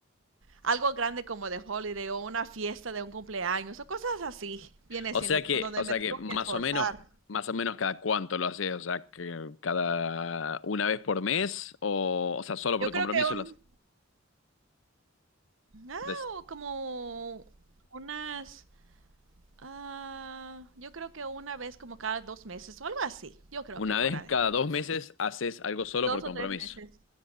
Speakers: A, on the right (about 80°); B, on the left (about 75°).
A: algo grande como de holiday o una fiesta de un cumpleaños o cosas así, viene
B: O
A: siendo
B: sea que,
A: donde
B: o sea
A: me tengo
B: que más
A: que esforzar.
B: o menos, más o menos cada cuánto lo haces, o sea, que cada una vez por mes, o, o sea, solo por
A: Yo creo
B: compromiso
A: que un,
B: lo haces.
A: ah,
B: Des-
A: o como unas... Ah, yo creo que una vez como cada dos meses o algo así. Yo creo
B: Una
A: que por
B: vez
A: ahí.
B: cada dos meses haces algo solo
A: Dos
B: por compromiso.
A: o tres meses.